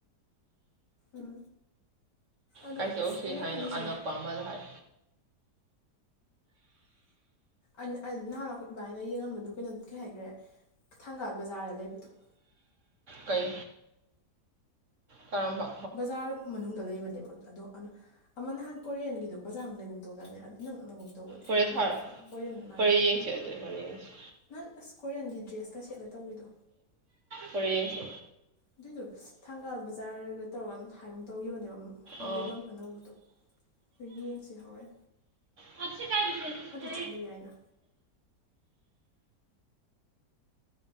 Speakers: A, on the left; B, on the right.
A: ꯎꯝ ꯑꯗꯣ
B: ꯀꯥꯏ ꯆꯠꯂꯨꯁꯤ
A: ꯑꯩꯅ
B: ꯍꯥꯏꯅꯣ
A: ꯈꯜꯂꯤꯁꯤꯅ꯫
B: ꯑꯅꯛꯄ ꯑꯃꯗ ꯍꯥꯏ꯫
A: ꯑꯟ ꯑ ꯅꯍꯥꯟ ꯑꯩꯈꯣꯏ ꯏꯕꯥꯅꯤꯅ ꯌꯦꯡꯉꯝꯕꯗꯨ ꯀꯩꯅꯣ ꯀꯩ ꯍꯥꯏꯈ꯭ꯔꯦ ꯊꯪꯒꯥꯜ ꯕꯖꯥꯔꯗ ꯂꯩꯕꯗꯨ꯫
B: ꯀꯩ ꯇꯔꯝꯕ
A: ꯕꯖꯥꯔ ꯃꯅꯨꯡꯗ ꯂꯩꯕꯅꯦꯕ ꯑꯗꯣ ꯑꯃ ꯅꯍꯥꯟ ꯀꯣꯔꯤꯌꯟꯒꯤꯗꯣ ꯕꯖꯥꯔ ꯃꯅꯨꯡ ꯂꯩꯒꯨꯝ ꯇꯧꯗꯥꯏꯅꯦ꯫ ꯏꯅꯛ ꯅꯛꯅꯒꯨꯝ ꯇꯧꯕꯅꯦ ꯑꯩ
B: ꯍꯣꯔꯦꯟ
A: ꯅꯍꯥꯟ
B: ꯊꯥꯔꯛꯑꯣ
A: ꯌꯦꯡ ꯀꯥꯟꯗ ꯀꯣꯔꯤꯌꯥꯟ ꯃꯥꯟꯕꯤꯗꯨ꯫
B: ꯍꯣꯔꯦꯟ ꯌꯦꯡꯁꯦ ꯑꯗꯨ ꯍꯣꯔꯦꯟ ꯌꯦꯡꯁꯦ
A: ꯅꯪ ꯑꯁ ꯀꯣꯔꯤꯌꯥꯟꯒꯤ ꯗ꯭ꯔꯦꯁꯀ ꯁꯦꯠꯂ ꯇꯧꯕꯤꯗꯣ꯫
B: ꯍꯅꯁꯤ
A: ꯑꯗꯨꯏꯗꯣ ꯊꯪꯒꯥꯜ ꯕꯖꯥꯔꯒ ꯇꯧꯔꯒ ꯑꯗꯨꯝ ꯍꯥꯏꯕ ꯑꯃ ꯇꯧꯈꯤꯕꯅꯦꯕ ꯃꯐꯝ
B: ꯑꯥ
A: ꯂꯩꯐꯝ ꯑꯅꯧꯕꯗꯣ ꯑꯗꯨ ꯌꯦꯡꯁꯤ ꯍꯧꯔꯦ
B: ꯃꯁ ꯀꯥꯏ ꯁ ꯀꯒꯦꯣ ꯇꯨ ꯄ
A: ꯆꯠꯂꯨ ꯌꯥꯏꯅ